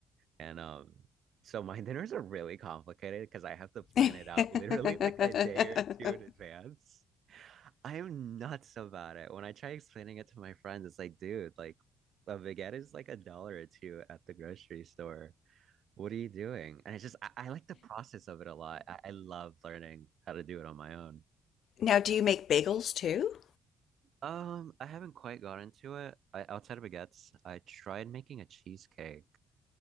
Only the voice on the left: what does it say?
<laughs>
Now, do you make bagels too?